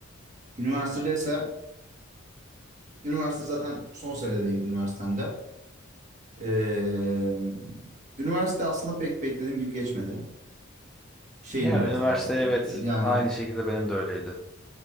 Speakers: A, on the right (about 35°); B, in the centre.
A: Üniversitede ise, üniversite zaten son senedeyim üniversitemde. Ee, üniversite aslında pek beklediğim gibi geçmedi. şeyim
B: Ya
A: biraz
B: üniversite
A: daha
B: evet
A: yani
B: aynı şekilde benim de öyleydi.